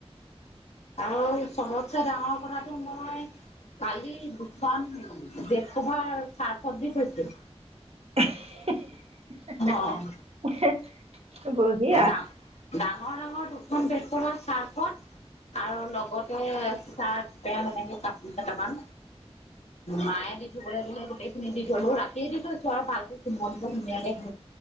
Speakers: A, on the left (about 75°); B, on the right (about 65°).
A: আৰু চবতকৈ ডাঙৰ কথাটো মই কালি দুখন বেড- কভাৰ চাৰ্ফত দি থৈছো।
B: হে হ হে
A: অ
B: হে এহে বঢ়িয়া
A: ডা ডাঙৰ ডাঙৰ দুখন বেড- কভাৰ চাৰ্ফত, আৰু লগতে চাৰ্ট, পেণ্ট এনেকে কাপোৰ কেইটামান। মায়ে দি' ধূবলে দিলে গোটেই খিনি দি থলো ৰাতিয়ে দি থৈছো আও ভালকে কোমলকে ধুনীয়াকে